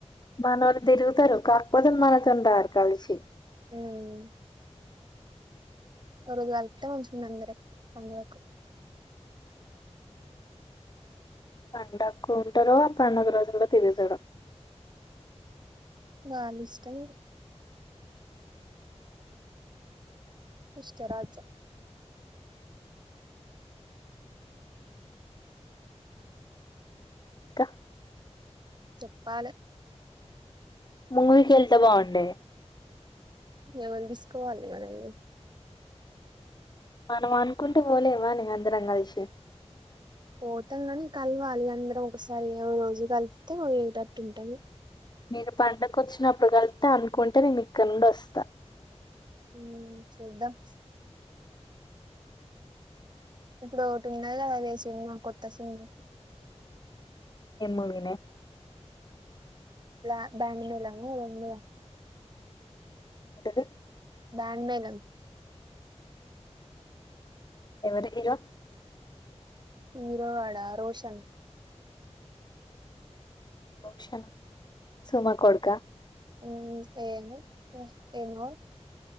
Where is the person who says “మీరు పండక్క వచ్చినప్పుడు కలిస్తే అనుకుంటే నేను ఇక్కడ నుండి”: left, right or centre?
Left